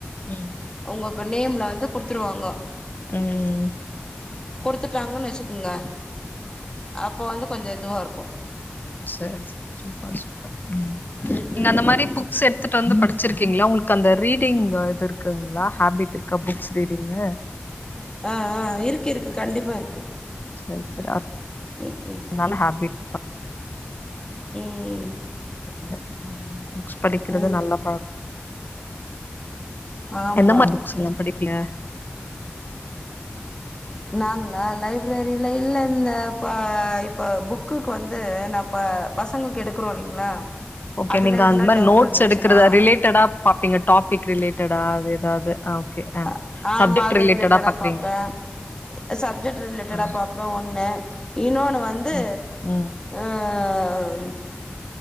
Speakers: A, on the left; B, on the left.
A: ம்
B: உங்கப் உங்க நேம்ல வந்து குடுத்துருவாங்க
A: ம் ம்
B: குடுத்துட்டாங்கன் வச்சுக்குங்க அப்போ வந்து கொஞ்ச இதுவாருக்கு
A: சேர் சேர் சூப்பர் சூப்பர் ம்
B: ம்
A: நீங்க
B: ம்
A: அந்த மாரி புக்ஸ் எட்த்துட்டு வந்து படிச் ச்சிருக்கீங்ளா உங்களுக்கு அந்த ரீடிங் அ இதுருக் குங்ளா ஹாபிட்ருக்க புக்ஸ் த்ரீடிங்க
B: ஆஆ இருக்கு இருக்கு கண்டிப்பா இருக்கு
A: சரி சரி அ
B: ம்
A: நல்ல ஹாபிட்
B: ம்ம்ம்
A: <inaudible> புக்ஸ் படிக்கிறது
B: ம்
A: நல்ல பழக்
B: ஆமா
A: எந்த மாதிரி புக்ஸ் எல்லாம் படி பா <unintelligible>
B: நாங்களா லைவ் ஃபிப்ரவரில இல்ல இல்ல இந்த இப்போ இப்போ புக்குக்கு வந்து நான் ப பசங்களுக்கு எடுக்கறோம் இல்லைங்களா
A: ஓகே
B: அதுல
A: நீங்க
B: எதுனா
A: அந்த மாரி
B: டவுட்
A: நோட்ஸ்
B: இருந்துச்சுன்னா
A: எடுக்கற ரிலேட்டடா பாப்பீங்க டாபிக் ரிலேட்டடா அதது ஆ ஓகே ஆ
B: அ ஆமா
A: சப்ஜெக்ட்
B: அது ரிலேட்டடா
A: பாக்குறீங்க
B: பாப்பே சப்ஜெக்ட் ரிலேட்டடா
A: ஆ
B: பாப்பே ஒண்ணு இன்னொன்னு வந்து
A: ம் ம்
B: ம்